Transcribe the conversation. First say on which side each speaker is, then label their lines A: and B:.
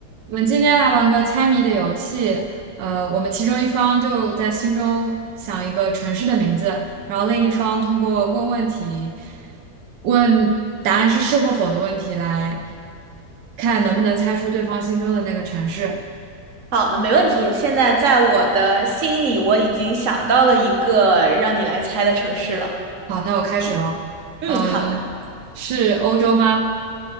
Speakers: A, on the right; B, on the right.
A: 我们今天来玩个猜谜的游戏，呃，我们其中一方就在心中想一个城市的名字，然后另一方通过问问题，问答案是是或否的问题来看能不能猜出对方心中的那个城市。
B: 好的，没问题。现在在我的心里，我已经想到了一个让你来猜的城市了。
A: 好，那我开始了。
B: 嗯，
A: 嗯，
B: 好的。
A: 是欧洲吗？